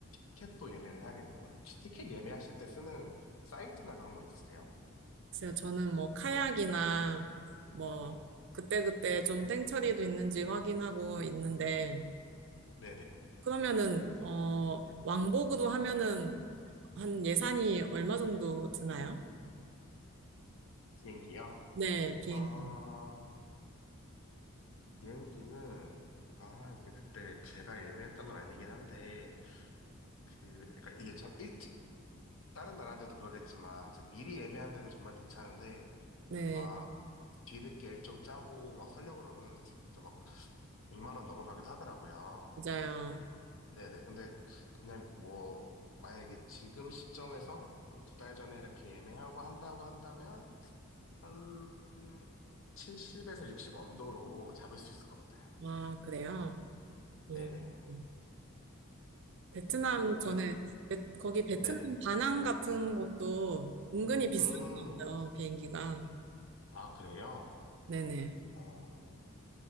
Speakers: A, on the left; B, on the right.
A: 티켓도 예매를 해야겠네요. 혹시 티켓 예매하실 때 쓰는 사이트나 그런 거 있으세요?
B: 글쎄요, 저는 뭐 카약이나 뭐
A: 어,
B: 그때그때 좀 땡처리도 있는지 확인하고 있는데,
A: 네네.
B: 그러면은, 어, 왕복으로 하면은 한 예산이 얼마 정도 드나요?
A: 비행기요?
B: 네, 비행기.
A: 아, 비행기는, 아, 이게 그때 제가 예매했던 건 아니긴 한데, 그, 그러니까 이게 참 일찍, 다른 나라들도 그러겠지만, 이제 미리 예매하면 정말 괜찮은데,
B: 네,
A: 막 뒤늦게 일정 짜고 막 살려 고 그러면 진짜 막 100만 원 넘어가기도 하더라고요.
B: 맞아요.
A: 네네. 근데 그냥 뭐 만약에 지금 시점에서 한 두 달 전에 이렇게 예매하고 한다고 한다면 한 70에서 60 언더로 잡을 수 있을 것 같아요.
B: 아, 그래요?
A: 네네.
B: 음, 음. 베트남,
A: 음,
B: 저는,
A: 그래서
B: 베- 거기 베트남
A: 네네.
B: 다낭 같은 곳도 은근히 비싸거든요,
A: 음,
B: 비행기가.
A: 아 그래요?
B: 네네.
A: 어,